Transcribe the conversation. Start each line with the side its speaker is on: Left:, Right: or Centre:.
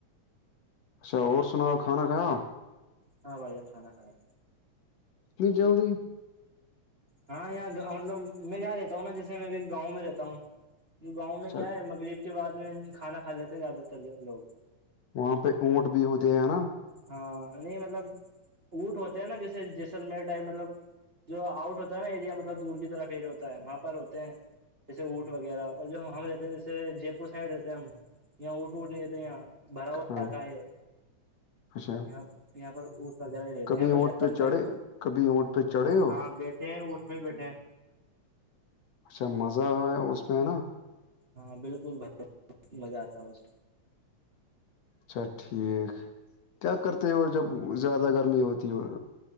Left: اچھا اور سناؤ کھانا کھایا
Right: ہاں بھائی جان کھانا کھایا
Left: اتنی جلدی
Right: ہاں یہاں مطلب میں ج یہاں رہتا ہوں نا جیے میں ابھی گاؤں میں رہتا ہوں گاؤں
Left: اچھا
Right: میں کیا ہے مغرب کے بعد میں کھانا کھا لیتے ہیں زیادہ تر لوگ
Left: وہاں پہ اونٹ بھی ہوتے ہیں ہے نا
Right: ہاں نہیں مطلب اٹ ہوتے ہیں نا جیسے جیسلمیر ٹائ مطلب جو آؤٹ ہوتا ہے نا ایریا مطلب دور کی طرف ف اییر ہوتا ہے وہاں پر ہوتے ہیں جیسے اٹ وغیرہ اور جو ہم رہتے ہیں جیسے جے پور سائڈ رہتے ہیں ہم یہاں اٹ اٹ نہیںتا ہے یہاں براو
Left: ہاں
Right: کا ہے
Left: اچھا
Right: یہاں یہاں
Left: کبھی اونٹ
Right: جنگل
Left: پہ چڑھے
Right: ٹائپ
Left: کبھی اونٹ پہ چڑھے ہو
Right: ہاں بی ہیں اٹھ میں بھی بیٹھے ہیں
Left: اچھا مزہ ہے اس پہ ہے نا
Right: ہاں بالکل بھائی مزہ آتا اس
Left: اچھا ٹھیک کیا کرتے ہیں وہ جب زیادہ گرمی ہوتی ہے اور